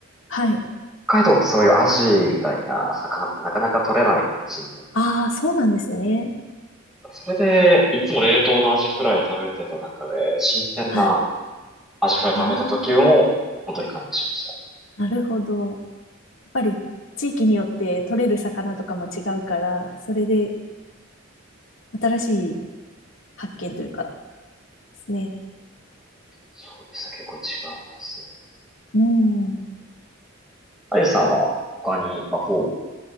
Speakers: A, on the left; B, in the centre.
A: はい。
B: 海道ってそういうアジみたいな魚ってなかなか取れないので、新鮮な。
A: ああ、そうなんですね。
B: それで、いつも冷凍のアジフライ食べてた中で、新鮮な
A: はい。
B: アジフライ食べた時も、
A: ああ、
B: 本当に感動しました。
A: なるほど。っぱり地域によって取れる魚とかも違うから、それで新しい発見というかですね。
B: そうですね、結構違いますね。
A: うん。
B: あゆさんは他に、まあ、フォー